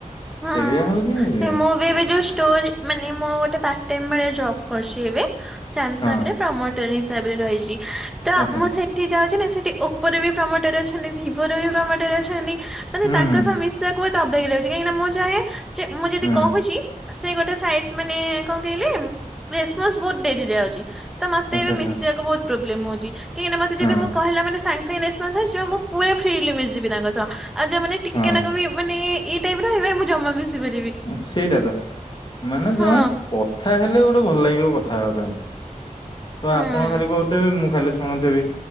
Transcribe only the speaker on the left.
ସେଇଆ ହଉଛି ଇଏ
ହଁ
ଆଚ୍ଛା
ହୁଁ
ହୁଁ
ହଁ
ଆଚ୍ଛା ଆଚ୍ଛା
ହଁ
ହଁ
ସେଇଟା ତ ମାନେ
ଜଣେ କଥା ହେଲେ ଗୋ <inaudible> ଭଲ ଲାଗିବ କଥା ହେବା ପାଇଁ ତ
ଆପଣ ଖାଲି କହୁଥିବେ ମୁଁ ଖାଲି ଶୁଣୁଥିବି